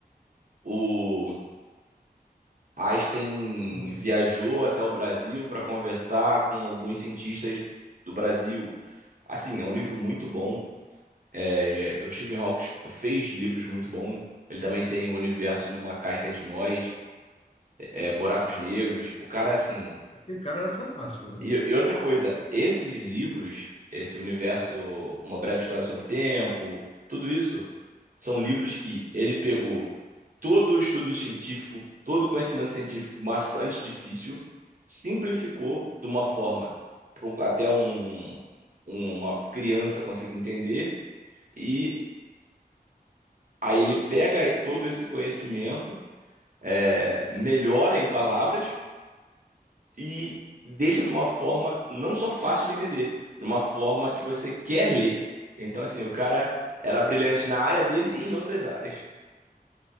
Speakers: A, on the right; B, on the left.
A: o. Einstein
B: Hum.
A: viajou até o Brasil para conversar com alguns cientistas do Brasil. Assim, é um livro muito bom. É, o Stephen Hawking fez livros muito bons. Ele também tem o Universo numa Casca de Nós. é, Buracos Negros. O cara, assim.
B: Aquele cara era fantástico, né?
A: E, e outra coisa, esses livros, esse universo, Uma Breve História sobre o Tempo, tudo isso, são livros que ele pegou todo o estudo científico, todo o conhecimento científico maçante e difícil, simplificou de uma forma pra um- até um, uma criança conseguir entender, e aí ele pega todo esse conhecimento, é, melhora em palavras e deixa de uma forma não só fácil de entender, numa forma que você quer ler. Então, assim, o cara era brilhante na área dele e em outras áreas.